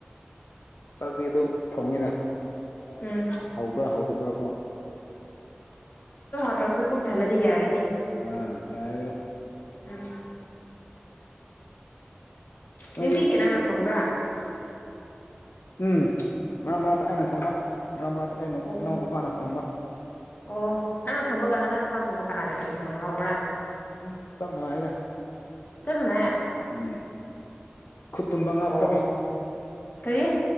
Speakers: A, on the left; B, on the left.
A: ꯆꯥꯛꯕꯤ ꯑꯗꯨꯝ ꯊꯧꯅꯤꯅ
B: ꯎꯝ
A: ꯍꯧꯕ꯭ꯔꯥ ꯍꯧꯗꯕ꯭ꯔꯥ ꯀꯣ
B: ꯑꯣꯇ꯭ꯔꯁꯨ ꯄꯨꯛ ꯊꯜꯂꯗꯤ ꯌꯥꯔꯅꯤ
A: ꯑꯥ ꯌꯥꯔ
B: ꯎꯝ
A: ꯅꯣꯏꯗꯤ
B: ꯅꯤꯡꯇꯤꯒꯤ ꯅꯪꯅ ꯊꯣꯡꯕ꯭ꯔꯥ
A: ꯎꯝ ꯃꯔꯛ ꯃꯔꯛꯇ ꯑꯩꯅ ꯊꯣꯡꯕ ꯃꯔꯛ ꯃꯔꯛꯇ ꯑꯩꯅ
B: ꯑꯣ
A: ꯑꯅꯥꯎ ꯅꯨꯄꯥꯅ ꯊꯣꯡꯕ
B: ꯑꯣ ꯅꯪꯅ ꯊꯣꯝꯕ ꯀꯥꯟꯅ ꯅꯪ ꯂꯄꯥꯅ ꯊꯣꯝꯕꯃꯛ ꯀꯅꯥꯅꯒꯦ ꯍꯥꯏꯅ ꯍꯥꯎꯕ꯭ꯔꯥ
A: ꯎꯝ ꯆꯞ ꯃꯥꯟꯅꯩꯔ
B: ꯆꯞ ꯃꯥꯟꯅꯩ
A: ꯎꯝ ꯈꯨꯠ ꯊꯨꯝꯕ ꯉꯥꯛꯇꯅꯤ
B: ꯑꯣ ꯀꯔꯤ